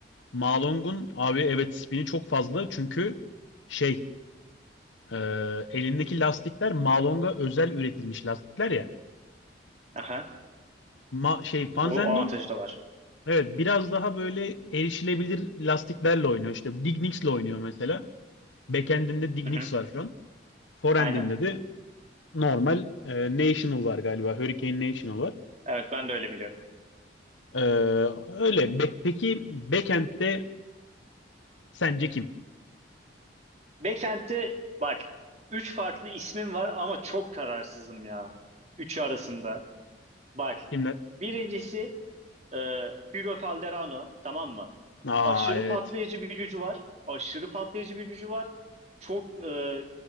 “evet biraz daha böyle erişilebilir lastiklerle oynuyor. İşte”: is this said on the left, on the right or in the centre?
Left